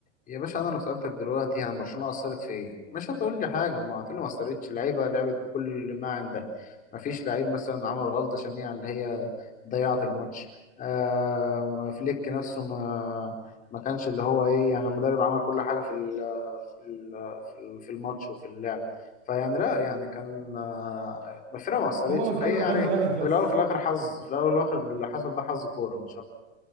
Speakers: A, on the left; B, on the right.
A: يا باشا انا لو سالتك دلوقتي يعني برشلونه اثرت في ايه مش هتقول لي حاجه ما هتقول لي ما اثرتش اللعيبه لعبت بكل ما عندها ما فيش لعيب مثلا عمل غلطه شنيعه اللي هي ضيعت الماتش آه فليك نفسه ما ما كانش اللي هو ايه يعني المدرب عمل كل حاجه في في ال- في ال- في الماتش وفي اللعب فيعني لا يعني كان آه، الفرقه ما اثرتش
B: هو قدامكم
A: فهي يعني
B: حل واحد
A: في
B: بس
A: الاول وفي الاخر حظ في الاول والاخر اللي حصل ده حظ كوره مش اكتر